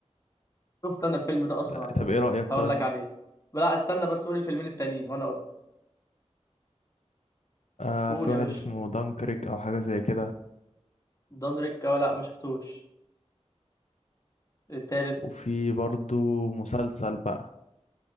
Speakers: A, on the left; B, on the left.
A: شفت انا الفيلم ده اصلا
B: لا
A: على فكره
B: طب ايه رايك
A: هقول
B: طيب
A: لك عليه لا استنى بس قول الفيلمين التانيين وانا اقول
B: آه
A: قول
B: في
A: يا
B: واحد
A: باشا
B: اسمه دانكريك او حاجه زي كده
A: دانريك اه لا ما شفتوش التالت
B: وفي برضو مسلسل بقى